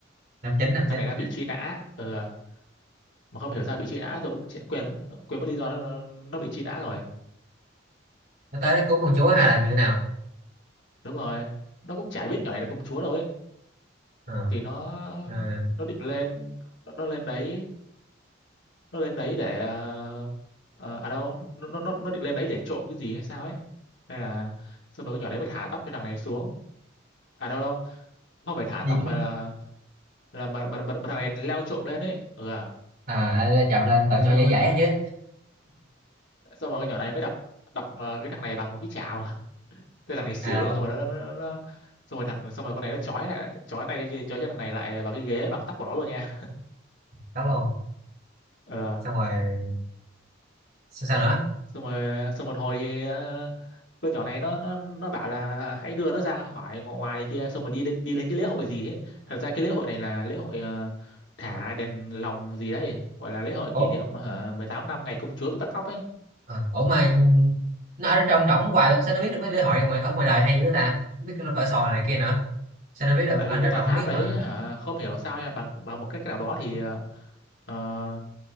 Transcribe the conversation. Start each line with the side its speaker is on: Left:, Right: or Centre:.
Right: năm chín năm
Left: thằng
Right: chín
Left: này đang bị truy nã ừ. à. mà không hiểu sao bị truy nã tôi cũng chả- quên mất- quên mất lý do nó, nó bị truy nã rồi
Right: nó tới nó cứu con chúa hay là như thế nào
Left: đúng rồi nó cũng chả biết nhỏ này là công chúa đâu ấy
Right: à,
Left: thì nó
Right: à,
Left: nó định lên nó, nó lên đấy nó lên đấy để ờ, ờ, à đâu nó, nó nó nó định lên đấy để trộm cái gì hay sao ấy hay là xong rồi con nhỏ đấy mới thả tóc cho thằng này xuống à đâu đâu không phải thả
Right: gì
Left: tóc
Right: cũng
Left: mà là là mà, mà, mà, mà thằng này leo trộm lên ấy ừ à
Right: à, à chạm lên tận
Left: xong
Right: nhỏ dễ
Left: rồi con
Right: dãi
Left: nhỏ-
Right: ấy chứ
Left: xong rồi con nhỏ này mới đập đập ờ, cái thằng này bằng một cái chảo thế thằng này xỉu
Right: à là
Left: luôn
Right: bằng
Left: xong rồi nó, nó, nó, nó xong rồi thằng xong rồi con này nó chói lại chói tay chói cho thằng này lại vào cái ghế bằng tóc của nó luôn nha
Right: tóc luôn
Left: ờ
Right: xong rồi sao, sao nữa
Left: xong rồi xong một hồi thì ờ, con nhỏ này nó nó nó bảo là hãy đưa nó ra khỏi ngõ ngoài này kia xong rồi đi lên đi lên cái lễ hội gì ấy thật ra cái lễ hội này là lễ hội ờ, thả đèn lồng gì đấy gọi là lễ hội kỷ
Right: ủa
Left: niệm hả 18 năm ngày công chúa bị bắt cóc ấy
Right: à, ủa mà nó ở trong trong trỏng hoài luôn sao nó biết được mấy lễ hội ngoài ở ngoài đời hay dữ ta biết cái vở sò này kia nữa sao nó biết được
Left: tại
Right: Ờ,
Left: vì
Right: anh
Left: cái
Right: Trọng
Left: tòa
Right: Trọng
Left: tháp
Right: không biết
Left: đấy
Right: mà
Left: hả không hiểu sao nha bằng bằng một cách nào đó thì ờ, ờ,